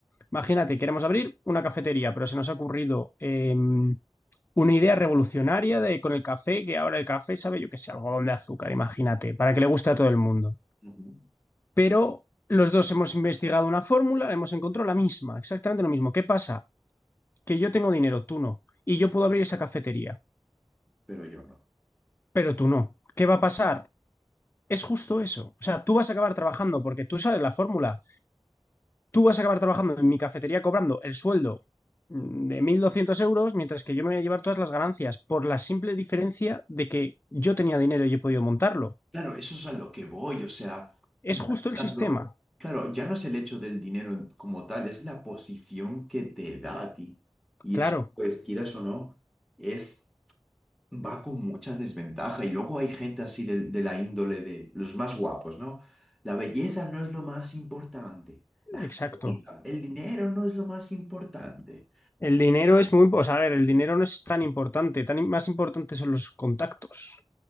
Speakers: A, on the left; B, in the centre.
A: Imagínate, queremos abrir una cafetería, pero se nos ha ocurrido em, una idea revolucionaria de con el café, que ahora el café sabe, yo qué sé, algodón de azúcar, imagínate, para que le guste a todo el mundo.
B: Ujú,
A: pero los dos hemos investigado una fórmula, hemos encontrado la misma, exactamente lo mismo. ¿Qué pasa? Que yo tengo dinero, tú no, y yo puedo abrir esa cafetería,
B: Pero yo no.
A: pero tú no. ¿Qué va a pasar? Es justo eso. O sea, tú vas a acabar trabajando porque tú sabes la fórmula. Tú vas a acabar trabajando en mi cafetería cobrando el sueldo mm, de 1.200 euros, mientras que yo me voy a llevar todas las ganancias por la simple diferencia de que yo tenía dinero y he podido montarlo.
B: Claro, eso es a lo que voy, o sea,
A: Es
B: ya
A: justo el
B: hablando,
A: sistema.
B: claro, ya no es el hecho del dinero como tal, es la posición que te da a ti. Y
A: Claro,
B: eso, pues, quieras o no, es, va con mucha desventaja. Y luego hay gente así de, de la índole de los más guapos, ¿no? La belleza no es lo más importante. La
A: exacto.
B: gente bonita, el dinero no es lo más importante.
A: El dinero es muy, o sea, a ver, el dinero no es tan importante, tan más importante son los contactos.